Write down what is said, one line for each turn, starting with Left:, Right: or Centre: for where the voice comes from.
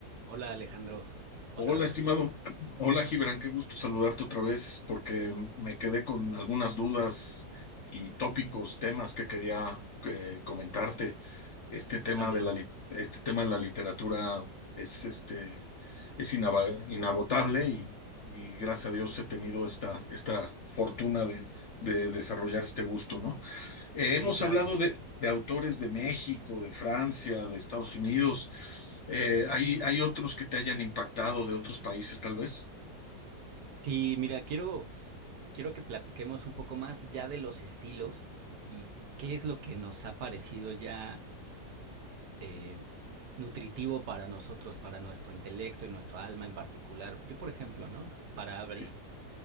Right: Hola Alejandro, otra
Left: Hola,
Right: vez,
Left: estimado. Hola, Gibran. Qué gusto saludarte otra vez porque me quedé con algunas dudas y tópicos, temas que quería eh, comentarte. Este
Right: yo
Left: tema
Right: también.
Left: de la, lit- este tema de la literatura es, este, es inaba- inagotable y, y gracias a Dios he tenido esta, esta fortuna de, de desarrollar este gusto, ¿no? Eh, hemos
Right: Sí, claro.
Left: hablado de, de autores de México, de Francia, de Estados Unidos. Eh, ¿hay, hay otros que te hayan impactado de otros países, tal vez?
Right: Sí, mira, quiero, quiero que platiquemos un poco más ya de los estilos y qué es lo que nos ha parecido ya eh, nutritivo para nosotros, para nuestro intelecto y nuestro alma en particular. Yo, por ejemplo, ¿no? Para abrir,
Left: Sí,